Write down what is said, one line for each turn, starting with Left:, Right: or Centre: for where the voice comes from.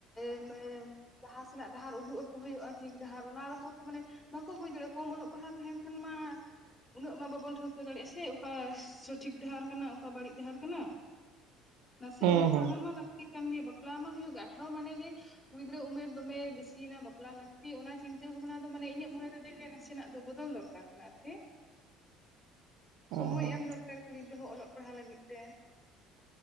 Left: <unintelligible> ᱞᱟᱦᱟ ᱥᱮᱱᱟᱜ ᱰᱟᱦᱟᱨ ᱩᱰᱩᱜ ᱟᱠᱚ ᱦᱩᱭᱩᱜᱼᱟ, ᱴᱷᱤᱠ ᱰᱟᱦᱟᱨ ᱚᱱᱟ ᱨᱮᱦᱚᱸ ᱛᱚ ᱢᱟᱱᱮ ᱵᱟᱠᱚ ᱵᱩᱡᱽ ᱫᱟᱲᱮᱭᱟᱜᱼᱟ, ᱠᱚᱢ ᱚᱞᱚᱜ ᱯᱟᱲᱦᱟᱜ ᱛᱟᱦᱮᱱ ᱠᱷᱟᱱ ᱢᱟ ᱩᱱᱟᱹᱜ ᱢᱟ ᱵᱟᱵᱚᱱ ᱴᱷᱟᱹᱣᱠᱟᱹ ᱫᱟᱲᱮᱭᱟᱜᱼᱟ ᱥᱮ ᱚᱠᱟ ᱥᱚᱴᱷᱤᱠ ᱰᱟᱦᱟᱨ ᱠᱟᱱᱟ ᱚᱠᱟ ᱵᱟᱹᱲᱤᱡ ᱰᱟᱦᱟᱨ ᱠᱟᱱᱟ ᱾ ᱱᱟᱥᱮ
Right: ᱦᱩᱸ
Left: ᱚᱞᱚᱜ
Right: ᱦᱩᱸ
Left: ᱯᱟᱲᱦᱟᱜ ᱢᱟ ᱞᱟᱹᱠᱛᱤ ᱠᱟᱱ ᱜᱮ ᱵᱟᱯᱞᱟ ᱢᱟ ᱦᱩᱭᱩᱜ ᱟᱴᱷᱨᱚ ᱢᱟᱱᱮ ᱜᱮ ᱠᱩ ᱜᱤᱫᱽᱨᱟᱹ ᱩᱢᱮᱨ ᱫᱚᱢᱮ ᱵᱮᱥᱤᱭᱮᱱᱟ ᱵᱟᱯᱞᱟ ᱞᱟᱹᱠᱛᱤᱜ ᱚᱱᱟ ᱪᱤᱱᱛᱟᱹ ᱵᱷᱟᱵᱽᱱᱟ ᱫᱚ ᱢᱟᱱᱮ ᱤᱧᱟᱹᱜ ᱢᱚᱱᱮ ᱛᱮᱫᱚᱮ ᱱᱟᱥᱮᱱᱟᱜ ᱫᱚ ᱵᱚᱫᱚᱞ ᱫᱚᱨᱠᱟᱨ <unintelligible> ᱠᱟᱱᱟ ᱟᱨᱠᱤ
Right: ᱦᱩᱸ
Left: ᱥᱚᱢᱚᱭ
Right: ᱦᱩᱸ
Left: ᱮᱢ ᱫᱚᱨᱠᱟᱨ ᱠᱩᱲᱤ ᱜᱤᱫᱽᱨᱟᱹ ᱦᱚᱸ ᱚᱞᱚᱜ ᱯᱟᱲᱦᱟᱣ ᱞᱟᱹᱜᱤᱫ ᱛᱮ